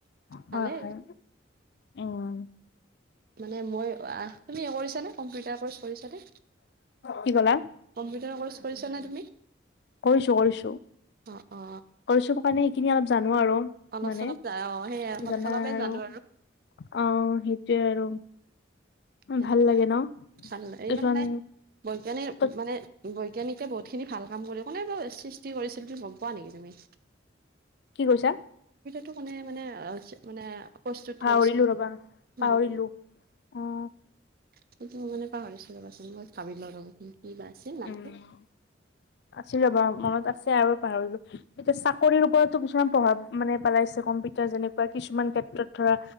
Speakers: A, on the left; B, on the right.
A: হ
B: ভালে
A: হয় উম
B: মানে মই তুমি কৰিছানে কম্পিউটাৰ কৰ্চ কৰিছানে
A: কি ক'লা
B: কম্পিউটাৰ কৰ্ কৰিছা নে তুমি
A: কৰিছো কৰিছো
B: অ অ
A: কৰিছোতো কাৰণে এইখিনি অলপ জান নোৱাৰো
B: অলপ
A: মানে
B: চলপ অ সেই অলপ
A: জানা
B: চলপে
A: আৰু
B: জানো
A: অ সেট তে আৰু
B: সেনকুৱাই
A: ভাল লাগে ন
B: চাল এইমান
A: কিছুমান
B: নাই বৈজ্ঞানি
A: ত
B: মানে বৈজ্ঞানিকে বহুতখিনি ভাল কাম কৰি কোনে বাও সৃষ্টি কৰিছিল বুলি গম পোৱা নিকি তুমি
A: কি কৈছা?
B: টো মানে মানে চি মানে প্ৰস্তুত
A: পাহৰিলো
B: কৰিছিল
A: ৰবা পাহৰিলো
B: নামটো
A: অ
B: <unintelligible> পাহৰিছো ৰবাচোন মই ভাবি লও ৰবাচোন কিবা আছে নামটো
A: উম আছিল ৰ'বা মনত আছে আৰু পাহৰিলো তেতিয়া চাকৰিৰ ওপৰতো কিছুমান প্ৰভাৱ মানে পেলাইছে কম্পিটাৰ যেনেকুৱা কিছুমান ক্ষেত্ৰত ধৰা